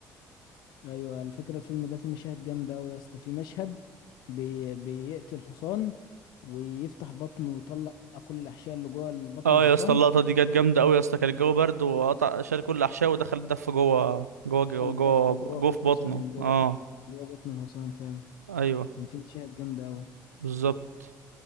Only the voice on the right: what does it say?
اه
يا اسطى اللقطة دي كانت جامدة قوي يا اسطى كان الجو برد وقطع شال كل الأحشاء ودخل الدف جوه جوه جوه
جوه,
جوه
في بطنه
اه
ايوه
بالظبط